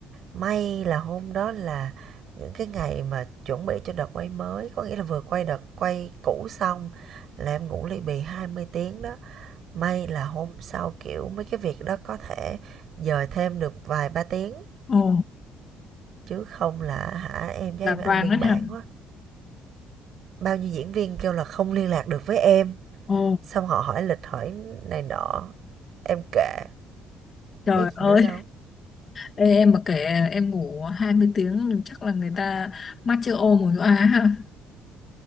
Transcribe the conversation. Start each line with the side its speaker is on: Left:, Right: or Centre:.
Right: may là hôm đó là những cái ngày mà chuẩn bị cho đợt quay mới có nghĩa là vừa quay đợt quay cũ xong là em ngủ ly bì 20 tiếng đó may là hôm sau kiểu mấy cái việc đó có thể dời thêm được vài ba tiếng
Left: ồ,
Right: chứ không là hả em với
Left: là
Right: em ăn
Left: Toàn
Right: biên
Left: đó hả?
Right: bản quá bao nhiêu diễn viên kêu là không liên lạc được với em
Left: Ồ,
Right: xong họ hỏi lịch hỏi này nọ em kệ
Left: trời
Right: biết gì
Left: ơi,
Right: nữa đâu
Left: Ê, em mà kể em ngủ 20 tiếng thì chắc là người ta mắt chưa ô mù chỗ á ha.